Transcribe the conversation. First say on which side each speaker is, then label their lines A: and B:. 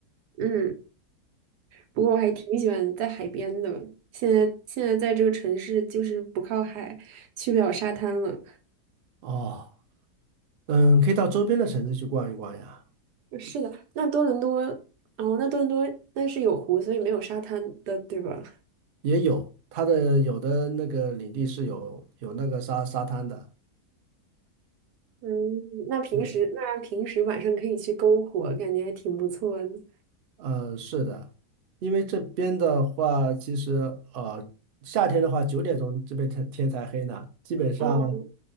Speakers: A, on the right; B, on the right.
A: 嗯，不过我还挺喜欢在海边的。现在现在在这个城市就是不靠海，去不了沙滩了。
B: 哦，嗯，可以到周边的城市去逛一逛呀，
A: 是的，那多伦多，哦，那多伦多那是有湖，所以没有沙滩的，对吧？
B: 也有它的有的那个领地是有有那个沙沙滩的。
A: 嗯，那平时那平时晚上可以去篝火，
B: 嗯
A: 感觉还挺不错的。
B: 嗯，是的，因为这边的话，其实呃，夏天的话，九点钟这边天天才黑呢。基本上，
A: 嗯，